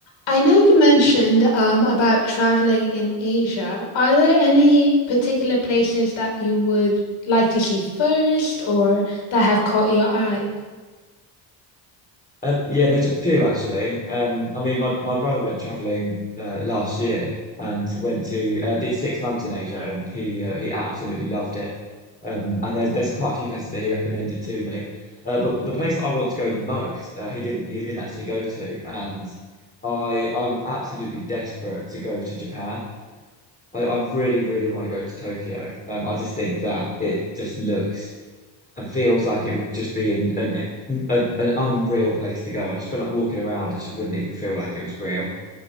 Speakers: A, on the left (about 65°); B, on the left (about 15°).
A: I know you mentioned um, about traveling in Asia. Are there any particular places that you would like to see first or that have caught your eye?
B: Um, yeah, there's a few actually. Um, I mean, my, my brother went traveling uh, last year and went to uh, did six months in Asia, and he uh, he absolutely loved it. Um, and there's there's quite a few places that he recommended to me, uh, but the place that I want to go the most, uh, he didn't he didn't actually go to, and I I'm absolutely desperate to go to Japan. I, I really really want to go to Tokyo. Um, I just think that it just looks and feels like it would just be an an a, an unreal place to go. I just feel like walking around, I just wouldn't even feel like it was real.